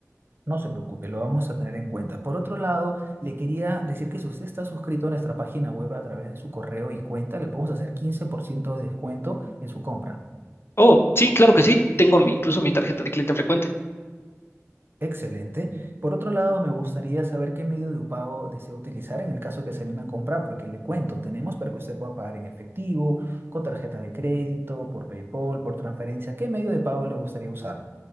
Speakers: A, on the right (about 45°); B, on the left (about 50°).
A: No se preocupe, lo vamos a tener en cuenta. Por otro lado, le quería decir que si usted está suscrito a nuestra página web a través de su correo y cuenta, le podemos hacer 15% de descuento en su compra.
B: Oh, sí, claro que sí, tengo mi- incluso mi tarjeta de cliente frecuente,
A: Excelente. Por otro lado, me gustaría saber qué medio de pago desea utilizar en el caso que se anime a comprar, porque le cuento, tenemos para que usted pueda pagar en efectivo, con tarjeta de crédito, por PayPal, por transferencia. ¿Qué medio de pago le gustaría usar?